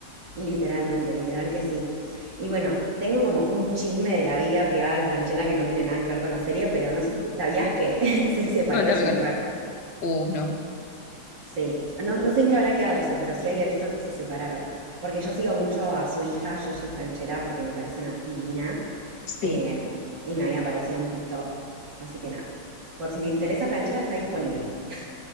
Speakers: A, on the right; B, on the left.
A: literalmente, literal que sí. Y bueno, tengo como un chisme de la vida privada de Franchella que no tiene nada que ver con la serie, pero no sé si sabías que <laughs> se separó
B: Contame,
A: de su
B: contame.
A: mujer.
B: Uh, no.
A: Sí, no, no sé en qué habrá quedado eso, pero sí había visto que se separaron. Porque yo sigo mucho a su hija, Yoshi Franchella, porque me parece una divina.
B: Sí.
A: eh, y me había aparecido en TikTok. Así que nada. Por si te interesa, Franchella está disponible. <laughs>